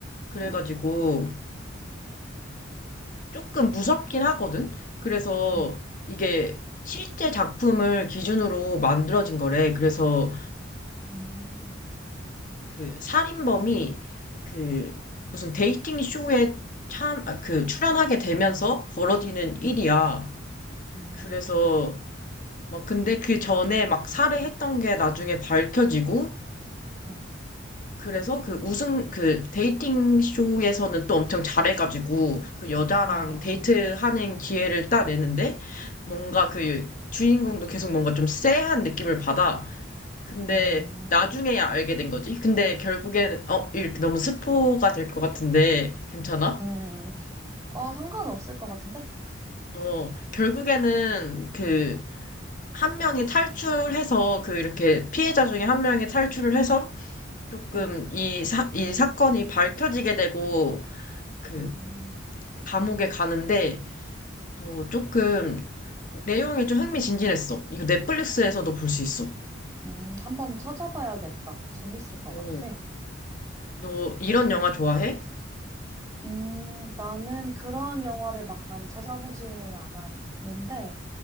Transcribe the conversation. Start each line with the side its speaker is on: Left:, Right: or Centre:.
Left: 그래가지고
Right: 응.
Left: 조금 무섭긴 하거든. 그래서
Right: 응.
Left: 이게 실제 작품을 기준으로 만들어진 거래. 그래서
Right: 음.
Left: 그 살인범이 그 무슨 데이팅 쇼에 참, 아, 그 출연하게 되면서 벌어지는 일이야.
Right: 응. 음.
Left: 그래서 막 근데 그 전에 막 살해했던 게 나중에 밝혀지고
Right: 응.
Left: 그래서 그 우승 그 데이팅 쇼에서는 또 엄청 잘해가지고 그 여자랑
Right: 아.
Left: 데이트하는 기회를 따내는데 뭔가 그 주인공도 계속 뭔가 좀 쎄한 느낌을 받아. 근데
Right: 응.
Left: 나중에야
Right: 음.
Left: 알게 된 거지. 근데 결국엔 어 이렇게 너무 스포가 될 것 같은데 괜찮아?
Right: 음. 음. 어, 상관없을 것 같은데?
Left: 어 결국에는 그 한 명이 탈출해서 그 이렇게 피해자 중에 한 명이 탈출을 해서 조금
Right: 응.
Left: 이 사, 이 사건이 밝혀지게 되고 그
Right: 음.
Left: 감옥에 가는데 어 조금 내용이 좀 흥미진진했어. 이거 넷플릭스에서도 볼 수 있어.
Right: 음. 음, 한번 찾아봐야겠다. 재밌을 것
Left: 어,
Right: 같아.
Left: 너 이런 영화 좋아해?
Right: 음, 나는 그런 영화를 막 많이 찾아보지는 않았는데,